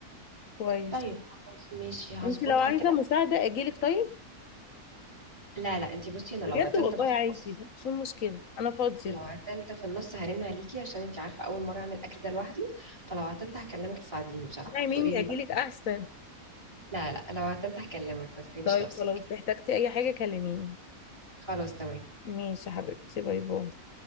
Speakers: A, on the left; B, on the right.
A: كويس
B: طيب خلاص ماشي هظبطها
A: انت لو عايزة
B: كده
A: مساعدة اجيلك طيب
B: لا لا انتي بصي انا لو
A: بجد
B: عطلت
A: والله
B: بقى في
A: عايزة
B: النص
A: شو المشكلة انا فاضية
B: لو عطلت في النص هرن عليكي عشان انتي عارفة اول مرة اعمل الاكل ده لوحدي فلو عطلت هكلمك تساعديني بصراحة
A: اسمعي مني
B: تقولي لي
A: اجيلك
B: بقى
A: احسن
B: لا لا لو عطلت هكلمك ما تتعبيش
A: طيب
B: نفسك
A: خلاص احتجتي اي حاجة كلميني
B: خلاص تمام
A: ماشي يا حبيبتي باي باي